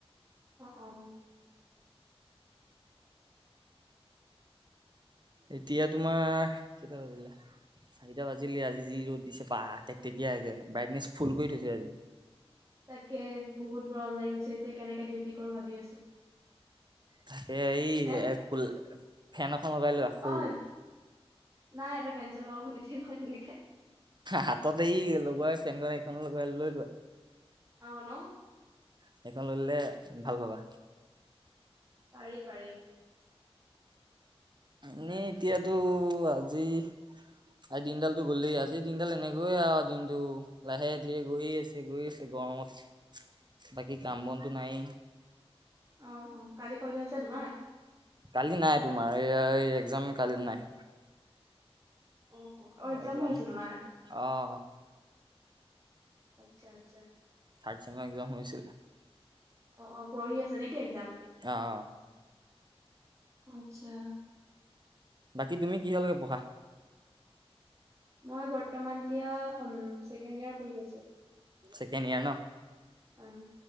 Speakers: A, on the right; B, on the right.
A: অ', অ'।
B: এতিয়া তোমাৰ কেইটা বাজিলে? চাৰিটা বাজিলেই আজি, যি ৰ'দ দিছে বা টেকটেকীয়াকে ব্ৰাইটনেচ ফুল কৰি থৈছে আজি।
A: তাকে বহুত গৰম লাগিছে এতিয়া কেনেকে ডিউটি কৰো ভাবি আছো।
B: তাকে এই
A: মেম
B: এ ক ফেন এখন লগাই লোৱা সৰু।
A: অ', মেম নাই ইয়াতে ফেন-চেন লগাৱ নিদিয়ে নহয় তেনেকে।
B: হাততে এই লগোৱাই ফেনখন এইখন লগোৱাই লৈ লোৱা।
A: অ', ন'!
B: সেইখন লৈ ল'লে ভাল পাবা।
A: পাৰি পাৰি।
B: এনেই এতিয়াতো আজি আজি দিনডালতো গ'লেই আজি দিনডাল এনেকৈয়ে আৰু দিনটো লাহে ধীৰে গৈয়ে আছে গৈ আছে গৰমত বাকী কাম বনটো নাই।
A: অ', অ', কালি কলেজ আছে তোমাৰ?
B: কালি নাই তোমাৰ এই এক্জাম কালি নাই।
A: অ', অ', অ', এক্সাম
B: একজাম
A: হৈ আছে তোমাৰ
B: আহ
A: আচ্চছা।
B: থাৰ্ড চেমাৰ একযাম হৈ আছিলে।
A: অ', অ', পৰহি আছে নেকি একজাম?
B: অ', অ'।
A: আত্ছা।
B: বাকী তুমি কিহ লৈকে পঢ়া?
A: মই বৰ্তমানৰ এতিয়া ছেকেণ্ড ইয়েৰ পঢ়ি আছো।
B: ছেকেণ্ড ইয়েৰ ন?
A: অ'।